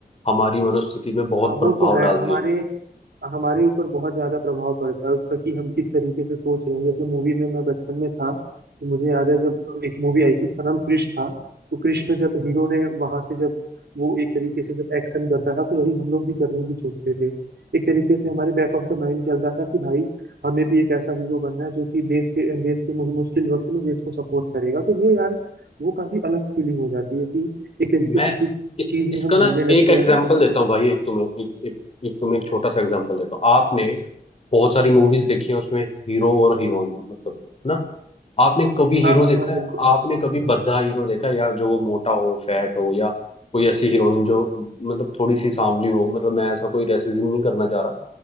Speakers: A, on the left; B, on the right.
A: हमारी मनोस्थिति पे बहुत
B: अ,
A: प्रभाव
B: वो तो है
A: डालती
B: हमारे
A: हैं
B: हमारे ऊपर बहुत ज्यादा प्रभाव पड़ता है उसका कि हम किस तरीके से सोच रहे हैं जैसे मूवी में मैं बचपन में था तो मुझे याद है जब एक मूवी आई थी उसका नाम कृष था तो कृष में जब हीरो ने वहां से जब वो एक तरीके से जब एक्शन करता था तो वही हम लोग भी करने की सोचते थे एक तरीके से हमारे बैक ऑफ द माइंड चलता था कि भाई हमें भी एक ऐसा हीरो बनना है जो कि देश के देश के मुश- मुश्किल वक्त में देश को सपोर्ट करेगा तो वो यार वो काफी अलग फीलिंग हो जाती है कि एक तरीके
A: मैं
B: से जिस
A: इस
B: चीज में
A: इसका
B: हम ढलने
A: ना एक
B: लगते
A: एग्जांपल
B: हैं ना
A: देता हूँ भाई एक तुम्हें एक एक, एक तुम्हें एक छोटा सा एग्जांपल देता हूँ आपने बहुत सारी मूवीज देखी है उसमें हीरो और हीरोइन मतलब है ना आपने कभी
B: हाँ
A: हीरो
B: हाँ
A: देखा
B: हाँ
A: है
B: बिल्कुल
A: आपने कभी भद्दा हीरो देखा है या जो वो मोटा हो फैट हो या कोई ऐसी हीरोइन जो मतलब थोड़ी सी सांवली हो मतलब मैं ऐसा कोई रेसिज्म नहीं करना चाह रहा